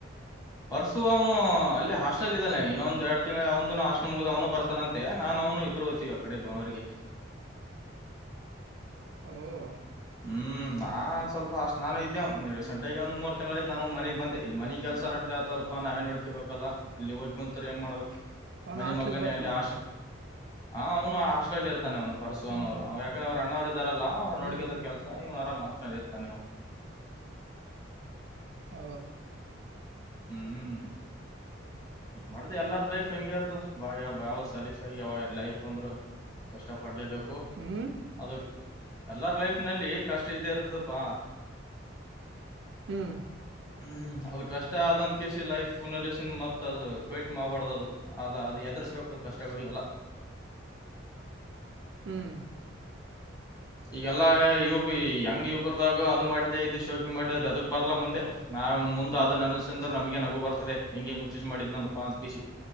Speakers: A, on the left (about 20°); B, on the right (about 65°).
A: ಪರ್ಸು ಅವನು ಅಲ್ಲಿ ಹಾಸ್ಟೆಲ್ ಇದಾನೆ ಇನ್ನೊಂದಂದು ಎರಡ್ ತಿಂಗ್ ಅವ ಹಾಸ್ಟೆಲ್ ಮುಗ್ದ ಅವನು ಬರ್ತಾನಂತೆ ನಾನು ಅವನು ಇಬ್ಬರು ಹೋಗ್ತೀವಿ ಆ ಕಡೆ ಬೆಂಳೂರಿಗೆ
B: ಹ್ಮ್
A: ಹ್ಮ್ ನಾ ಸ್ವಲ್ಪ ಅಷ್ಟ್ ನಾನು ಇದ್ದೆ ರೀಸೆಂಟಗಿ ಒಂದ ಮೂರು ತಿಂಗಳ ಯತ ನಾನು ಮನೆಗ್ ಬಂದೆ ಇಲ್ಲಿ ಮನಗ್ ಕೆಲಸ ನಡ್ದ ಸ್ಲ್ಪ ನಾವೇ ನೋಡ್ಕೇಬೇಕಲ್ಲ ಅಲ್ಲಿ ಹೋಗ್ ಕುಂಂತರು ಹೆಂಗ ಮಾಡ್ಬೇಕು
B: ಅವನು
A: ಮನಿ
B: ಹಾಸ್ಲಿಕ್
A: ಮಗನೇ
B: ಬರ್ತಾನೆಂತೆ
A: ಅಲ್ಲಿ ಹಾಸ್ಟೆಲ್ ಹ ಅವನು ಹ ಆಸ್ಟೆಲ್ ಇರ್ತಾನೆ ಅವ್ನು ಪರಸುನ
B: ಹ್ಮ್
A: ಅವರು
B: ಹ್ಮ್
A: ಅವ ಯಾಕಂದ್ರ ಅವ್ ಅಣ್ಣ್ರು ಇದಾರಲ್ಲ ಅವ್ ನೋಡಕತಾರ
B: ಹ್ಮ್
A: ಆರಾಮ ಆಷ್ಟನಲ್ಲಿರ್ ತಾನೇ
B: ಹ
A: ಹ್ಮ್ ಹ್ಮ್ ಏ ಮಾಡತ ಎಲ್ಲಾರ ಲೈಫ್ ಹೆಂಗಗೆ ಇರ್ತ ಬಾ ಯಾವ ಯಾವ್ ಸಲೀಸಾಗಿ ಯಾವ ಲೈಫ್ ಅಂದ್ರು ಕಷ್ಟ ಪಡ್ಲೇಬೇಕು
B: ಹ್ಮ್
A: ಅದಕ್ ಎಲ್ಲಾರ ಲೈಫ್ ನಲ್ಲಿ ಕಷ್ಟ ಇದ್ದೇ ಇರ್ತದಪ್ಪಾ
B: ಹ್ಮ್
A: ಹ್ಮ್ ಅದು ಕಷ್ಟ ಆದಂತ ಕಸಿ ಲೈಫ್ ಫನಲ್ಲಿ ಮತ್ತೆ ಕಯಟ್ ಮಾಡಬಾಡ್ದದು ಅಲ್ಲ ಅದು ಎದರ್ಸ್ಕ ಕಷ್ಟಗಳಿಗೆಲ್ಲ
B: ಹ್ಮ್
A: ಈಗಲ್ಲಾ ಯುವಕ ಹೆಂಗ್ ಯುವಕರ್ದಾಗ ಅದು ಮಾಡಿದ್ದೆ ಇದು ಶೋಕಿ ಮಾಡಿದ್ದೆ ಅದ ಅದಕ್ ಬರ್ಲ್ಲಾ ಮುಂದೆ ನ ನಾವನ್ ಮುಂದೆ ಅದನ್ನ ಅನಸಿದ್ರ ನಮಗೆ ನಗು ಬರ್ತದೆ ಹೆಂಗೆಂಗ ಮುಚ್ಚುಚ್ ಮಾಡಿದ್ನಲ್ಪಾ ಅಂತ ಕಿಸಿ